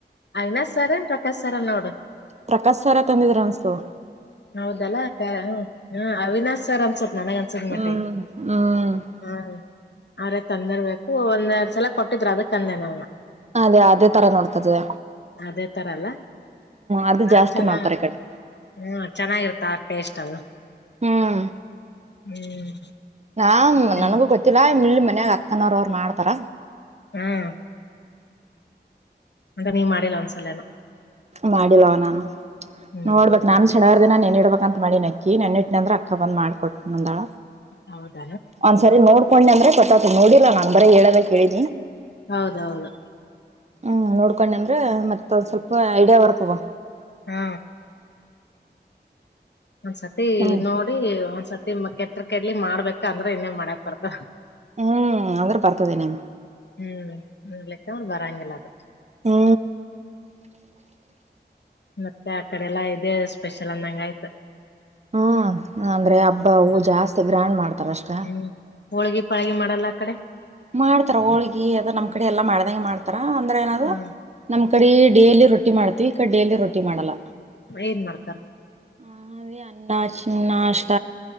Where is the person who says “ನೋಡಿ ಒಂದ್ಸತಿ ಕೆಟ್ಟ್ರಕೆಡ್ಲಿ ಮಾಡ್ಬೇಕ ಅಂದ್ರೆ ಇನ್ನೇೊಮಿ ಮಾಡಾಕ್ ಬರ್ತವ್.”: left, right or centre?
Left